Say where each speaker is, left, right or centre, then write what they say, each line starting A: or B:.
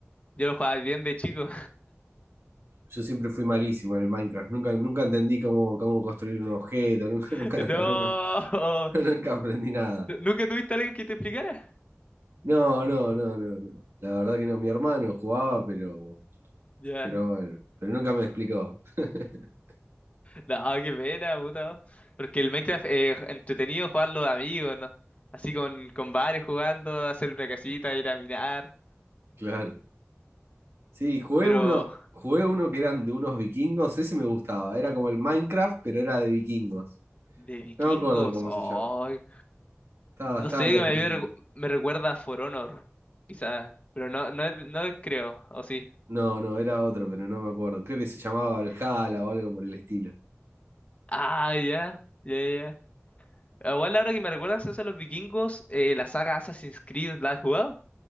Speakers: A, on the left; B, on the right.
A: Yo lo jugaba bien de chico.
B: Yo siempre fui malísimo en el Minecraft, nunca, nunca entendí cómo, cómo construir un objeto, <laughs> nunca,
A: <laughs>
B: nunca,
A: No,
B: nunca, nunca aprendí nada.
A: ¿nu- ¿nunca tuviste a alguien que te explicara?
B: No, no, no, no, no. La verdad que no, mi hermano jugaba, pero,
A: Ya.
B: pero bueno, pero nunca me explicó. <laughs>
A: No, qué pena, puta. Porque el Minecraft es entretenido jugarlo de amigos, ¿no? Así con, con varios jugando, hacer una casita, ir a minar.
B: Claro. Sí, jugué
A: Pero
B: uno, jugué uno que eran de unos vikingos, ese me gustaba. Era como el Minecraft, pero era de vikingos.
A: de vikingos,
B: No me acuerdo cómo
A: ay.
B: se llama. Estaba bastante
A: No sé,
B: entretenido.
A: a mí me, recu- me recuerda a For Honor, quizás. Pero no, no, no creo, o sí.
B: No, no, era otro, pero no me acuerdo. Creo que se llamaba Valhalla o algo por el estilo.
A: Ah, ya, ya, ya. Ah, Igual ahora que me recuerdas eso de los vikingos, eh, la saga Assassin's Creed, ¿la has jugado?